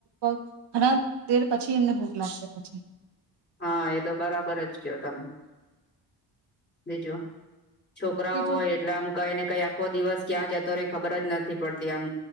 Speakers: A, on the right; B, on the left.
A: ઘણા તેર પછી એમને ભૂખ લાગશે પછી
B: હા. તો બરાબર જ કયો તમે ભેજો. છોકરાઓ
A: બીજું
B: હોય એટલે આમ કઈને ઈ આખ દિવસ ક્યાં જતો રે ખબર જ નથી પડતી આમ